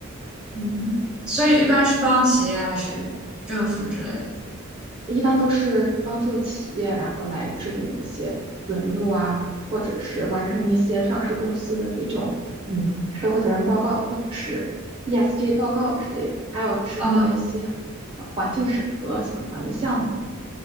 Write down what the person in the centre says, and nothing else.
嗯，所以一般是帮企业还是政府之类的？
嗯